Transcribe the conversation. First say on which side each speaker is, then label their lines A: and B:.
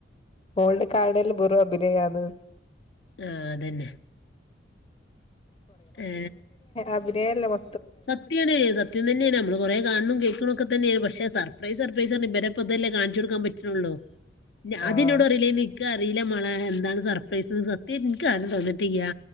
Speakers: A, on the left; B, on the left.
A: ഓൾഡ് കാർഡൽ വെറും അഭിനയന്ന്
B: ആഹ്അതന്നെ ഏ
A: അഭിനയല്ല മ
B: സത്ത് സത്യയാണ് സത്യംതന്നെയാണ് നമ്മൾ കൊറെ കാണിനും കേൾക്ണും ഒക്കെ തന്നെയാ പക്ഷേ സപ്രൈസ് സർപ്രൈസ് എന്ന് ഇവരെ ഇപ്പം ഇതല്ലെ കാണിച്ചു കൊടുക്കൻ പറ്റിയത് ഇത്ര ഒള്ളു ആദ്യം
A: ആഹ്
B: ഇന്നോടറീലെ നി ഇൻകറീല മോളേഎന്താണ് സർപ്രൈസ്ന്ന് സത്യായിട്ടും ഇൻക്കാരും തന്നീട്ടില്ല്യാ